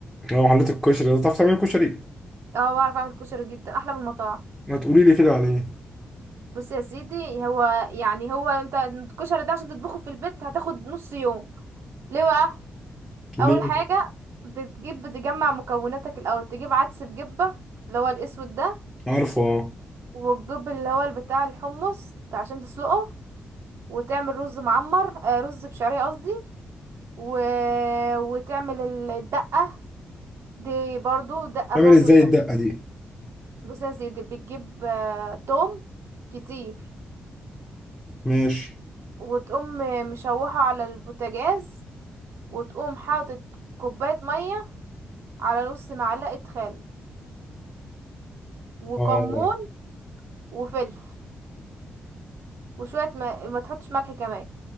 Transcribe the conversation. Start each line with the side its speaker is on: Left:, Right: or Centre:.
Centre: لو حليت الكشري ده تعرف تعمل كشري
Right: اه بعرف أعمل كشري جدا أحلى من المطاعم
Centre: ما تقولي لي كده عليه
Right: بص يا سيدي هو يعني هو انت الكشري ده عشان تطبخه في البيت هتاخد نص يوم ليه بقى
Centre: ليه
Right: اول حاجه بتجيب بتجمع مكوناتك الاول تجيب عدس بجبه اللي هو الاسود ده
Centre: عارفه اه
Right: والجب اللي هو بتاع الحمص عشان تسلقه وتعمل رز معمر آه رز بشعريه قصدي و... وتعمل ال- الدقه دي برضو الدقه
Centre: تعمل
Right: برضو
Centre: ازاي
Right: بتعمل
Centre: الدقة دي
Right: بص يا سيدي بتجيب آه توم كتير
Centre: ماشي
Right: وتقوم مشوحه على البوتاجاز وتقوم حاطط كوبايه ميه على نص معلقه خل وكمون
Centre: اه
Right: وفلفل وشويه ما, ما تحطش ملح كمان